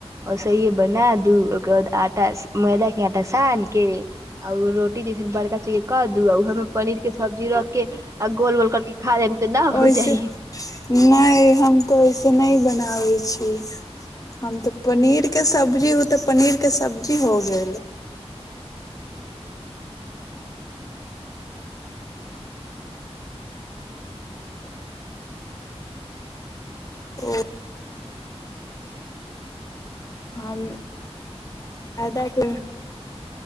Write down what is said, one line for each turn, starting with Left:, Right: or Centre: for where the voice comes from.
Right: ओस हे बना दू ओकर बाद आटा मैदा के आटा सान के आ उ रोटी जेसे बड़का च क दू उमें पनीर के सब्जी रख के आ गोल गोल कर के खा ल तऽ नहि
Left: ओहिसे
Right: हो जाइ
Left: नहि हम तो ऐसे न ब बै छी हम तऽ पनीरके सब्जी ओ तऽ पनीरके सब्जी हो गेल ओ हम फदा क